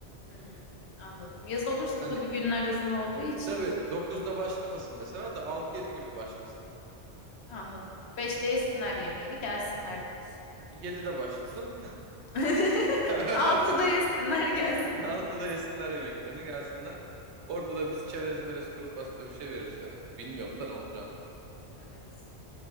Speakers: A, on the left (about 75°); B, on the right (about 85°).
A: Hmm, anladım. Yaz olursa
B: Hani
A: tabii günler uzun olduğu için
B: tabii dokuzda başlamasın mesela da altı yedi gibi başlasın.
A: anladım. Beşte yesinler yemeğini gelsinler diyorsun.
B: 7'de başlasın.
A: <laughs>
B: <laughs>
A: Altıda yesinler gelsinler
B: 6'da
A: diyorsun.
B: yesinler yemeklerini gelsinler. Orada da biz çerez merez kuru pasta bir şey veririz herhalde. Bilmiyorum da ne olacağını.
A: Evet.